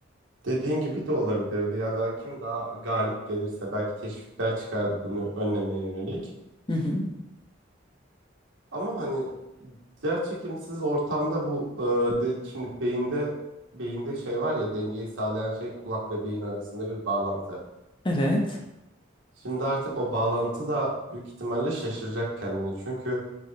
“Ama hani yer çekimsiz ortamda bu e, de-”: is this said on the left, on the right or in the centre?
Right